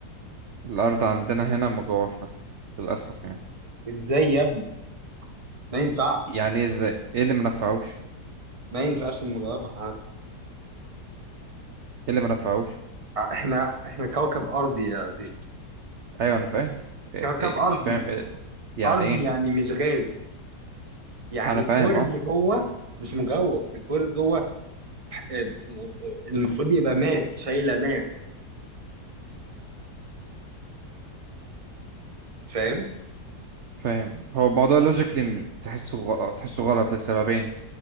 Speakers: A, on the right (about 55°); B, on the right (about 25°).
A: الأرض عندنا هنا مجوفة للأسف يعني
B: إزاي يا ابني؟ ما ينفعش
A: يعني ايه ازاي ايه اللي ما نفعوش
B: ما ينفعش المجوفة ه-
A: ايه اللي ما نفعوش
B: إحنا إحنا كوكب أرضي يا سيدي
A: ايوه انا فاهم إيه
B: كوكب
A: إيه
B: أرضي
A: مش فاهم إيه يعني
B: أرضي
A: ايه
B: يعني مش غاز يعني
A: انا
B: الكور
A: فاهم
B: اللي
A: اه
B: جوه مش مجوه الكور اللي جوه آه، المفروض يبقى ماس شايلة ماس فاهم
A: فاهم هو الموضوع لوجيكلي تحسه غ- تحسه غلط لسببين